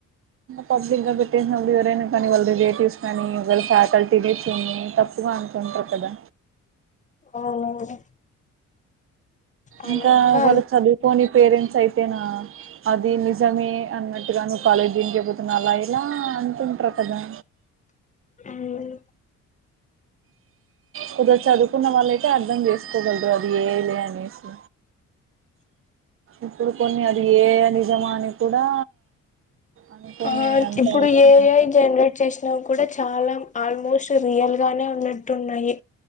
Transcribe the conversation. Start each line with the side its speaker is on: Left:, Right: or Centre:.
Right: పబ్లిక్ గా పెట్టేసిన వాళ్ళు ఎవరైనా కానీ వాళ్ళ రిలేటివ్స్ కానీ వాళ్ళ ఫ్యాకల్టీడస్ని తప్పుగా అంటుంటారు కదా
Left: అవునండి అదంతా
Right: ఇంకా వాళ చదువుకోని పేరెంట్స్ అయితేనా అది నిజమే అన్నట్టుగా నువ్వు కాలేజీ దం చెబతున్నా అలా ఇలా అంటుంటారు కదా
Left: మ్,
Right: కుద చదువుకున్న వాళ్ళయితే అర్థం చేసుకోగలరు అది ఏయలే అనేసి ఇప్పుడు కొన్ని అది ఏ నిజమా అని కూడా అనుకోని
Left: ఆ
Right: అంత
Left: ఇప్పుడు
Right: అవుతుంది
Left: ఏఐ జనరేట్ చేసినా కూడా చాలా ఆల్మోస్ట్ రియల్ గానే ఉన్నట్టున్నాయి